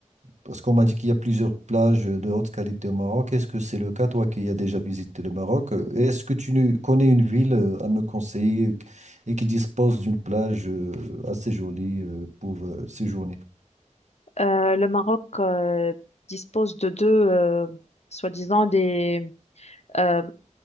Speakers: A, on the right; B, on the left.
A: parce qu'on m'a dit qu'il y a plusieurs plages de haute qualité au Maroc. Est-ce que c'est le cas, toi qui as déjà visité le Maroc? Euh, Est-ce que tu ne- connais une ville euh, à me conseiller euh, et qui dispose d'une plage euh, assez jolie euh, pour euh, séjourner?
B: Euh, le Maroc euh, dispose de deux, euh, soi-disant, des, euh,